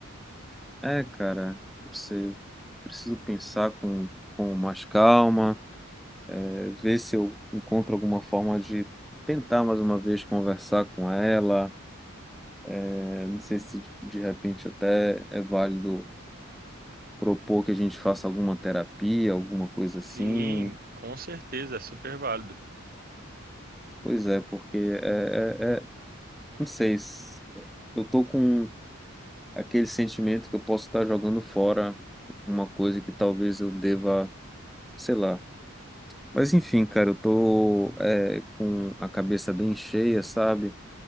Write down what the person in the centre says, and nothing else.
É, cara, não sei. Eu preciso pensar com, com mais calma, é, ver se eu encontro alguma forma de tentar mais uma vez conversar com ela. É, não sei se de repente até é válido propor que a gente faça alguma terapia, alguma coisa assim
Pois é, porque é, é- é- não sei, s- eu tô com aquele sentimento que eu posso estar jogando fora uma coisa que talvez eu deva, sei lá. Mas enfim, cara, eu tô é, com a cabeça bem cheia, sabe?